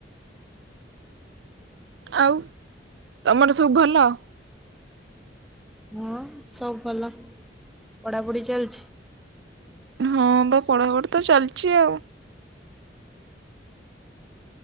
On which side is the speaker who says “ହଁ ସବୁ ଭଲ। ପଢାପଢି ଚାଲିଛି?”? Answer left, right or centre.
Centre